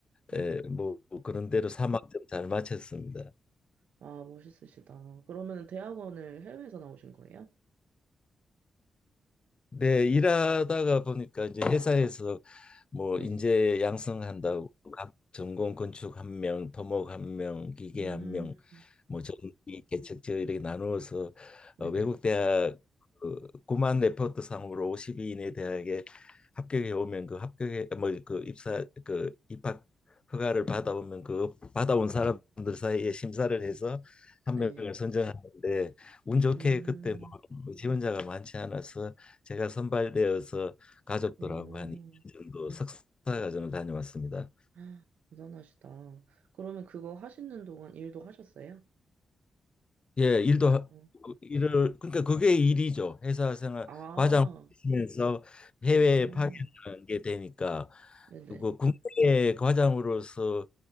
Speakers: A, on the right; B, on the left.
A: 네.
B: 예, 뭐 그런 대로 3학점 잘 마쳤습니다.
A: 아, 멋있으시다. 그러면 대학원을 해외에서 나오신 거예요?
B: 네, 일하다가 보니까 이제 회사에서 뭐
A: 네.
B: 인재 양성한다고 각 전공 건축 한 명, 토목 한 명, 기계
A: 음,
B: 한 명, 뭐 전기 개척저 이렇게 나누어서
A: 네네.
B: 어, 외국 대학 그 구만 레포트 상으로 5 2위 이내 대학에 합격해 오면 그 합격해 뭐그 입사 그 입학 허가를 받아오면 그 받아온 사람들 사이에 심사를 해서 한
A: 네.
B: 명을 선정하는데 운 좋게
A: 음,
B: 그때 뭐 지원자가 많지 않아서 제가 선발되어서 가족들하고
A: 오.
B: 한 그 정도 석사 과정을 다녀왔습니다.
A: 아, 대단하시다. 그러면 그거 하시는 동안 일도 하셨어요?
B: 예, 일도
A: 아니,
B: 하-
A: 어.
B: 일을 그러니까 그게 일이죠. 회사 생활
A: 아,
B: 과장 하시면서 해외에
A: 아.
B: 파견하는 게 되니까
A: 네네.
B: 그 국내 과장으로서